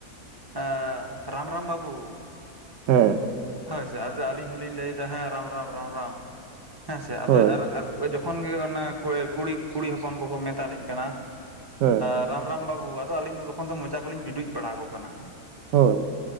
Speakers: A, on the right; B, on the right.
A: ᱟᱺ ᱨᱟᱢ ᱨᱟᱢ ᱵᱟᱵᱩ᱾
B: ᱦᱮᱸ᱾
A: ᱦᱳᱭ ᱥᱮ ᱟᱫᱚ ᱟᱹᱞᱤᱧ ᱦᱚᱸᱞᱤᱧ ᱞᱟᱹᱭᱫᱟ ᱦᱮᱸ ᱨᱟᱢ ᱨᱟᱢ ᱨᱟᱢ ᱨᱟᱢ, ᱦᱮᱸ ᱥᱮ ᱟᱫᱚ
B: ᱦᱳᱭ
A: ᱟᱨ ᱟᱨ ᱡᱚᱠᱷᱚᱱ ᱜᱮ ᱚᱱᱟ ᱠᱩᱲᱤ ᱠᱩᱲᱤ ᱠᱩᱲᱤ ᱦᱚᱯᱚᱱ ᱠᱚᱠᱚ ᱢᱮᱛᱟᱞᱤᱧ ᱠᱟᱱᱟ,
B: ᱦᱮᱸ
A: ᱟᱸ ᱨᱟ ᱨᱟᱢ ᱵᱟᱹᱵᱩ ᱟᱫᱚ ᱟᱹᱞᱤᱧ ᱫᱚ ᱛᱚᱠᱷᱚᱱ ᱫᱚ ᱢᱚᱪᱟ ᱠᱚᱞᱤᱧ ᱵᱤᱸᱰᱩᱡ ᱵᱟᱲᱟ ᱟᱠᱚ ᱠᱟᱱᱟ᱾
B: ᱦᱳᱭ